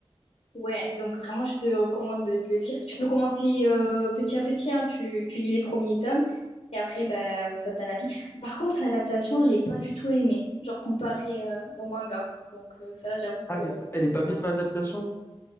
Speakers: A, on the left; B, on the left.
A: ouais, donc vraiment, je te recommande de, de le lire. Tu peux commencer euh, petit à petit, hein, tu, tu lis les premiers tomes, et après, bah, ça te donne envie. Par contre, l'adaptation, j'ai pas du tout aimé, genre comparé euh, au manga. Donc, euh, ça, j'avoue
B: Ah,
A: que.
B: elle est, pas- elle est pas bien l'adaptation?